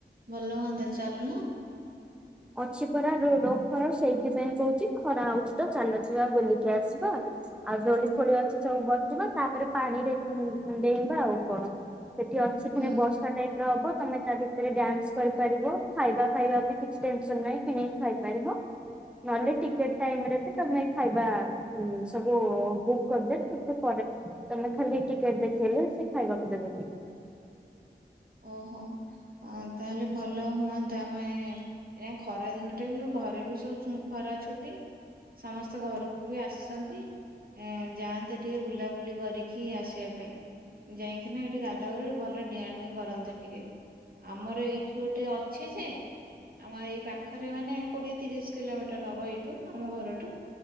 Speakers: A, on the right (about 55°); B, in the centre.
A: ଭଲ ହୁଅନ୍ତା ଚାଲୁନ।
B: ଅଛି ପରା ରୋ ଅଫର ସେଇଥିପାଇଁ କହୁଛି ଖରା ହଉଛି ତ ଚାଲଯିବା ବୁଲିକି ଆସିବା ଆ। ଆ ଦୋଳି ଦୋଳି ଅଛି ସବୁ ବସିବା ତାପରେ ପାଣିରେ ଡେଇବା ଆଉ କଣ ସେଠି ଅ ସେ ପୁଣି
A: ହୁଁ।
B: ବର୍ଷା ଟାଇପ ର ହବ ତମେ ତା ଭିତରେ ଡ୍ୟାନ୍ସ କରିପାରିବ ଖାଇବା ଫାଇବା ବିି କିଛି ଟେନସନ ନାହିଁ କିଣିକି ଖାଇପାରିବ ନହେଲେ ଟିକେଟ ଟାଇମିରେ ବି ତମେ ଖାଇବା ଉଁ ସବୁ ବୁକ୍ କରିଦେଲେ ପରେ ତମେ ଖାଲି ଟିକେଟ ଦେଖେଇଲେ ସେ ଖାଇବାକୁ ଦେବେ।
A: ଓହୋ ତାହେଲେ ଭଲ ହୁଅନ୍ତା ଆମେ ଏଇ ଖରା ଦିନ ଟା ବି ଘରେ ବି ଶୋଉଚୁ ଖରା ଛୁଟି। ସମସ୍ତେ ଘରକୁ ବି ଆସିଛନ୍ତି। ଏ ଯାଆନ୍ତେ ଟିକେ ବୁଲାବୁଲି କରିକି ଆସିବା ପାଇଁ। ଯାଇକି ନା ଏଠି ଗାଧା ଗାଧି ଭଲ ଡିଆଁ ଡୁଇଁ କରନ୍ତେ ଟିକେ ଆମର ଏଇଠି ଗୋଟେ ଅଛି ଯେ। ଆମ ଏଇ ପାଖରେ ମାନେ କୋଡ଼ିଏ ତିରିଶ କିଲୋମିଟର ହବ ଏଇଠୁ ଆମ ଘରଠୁ।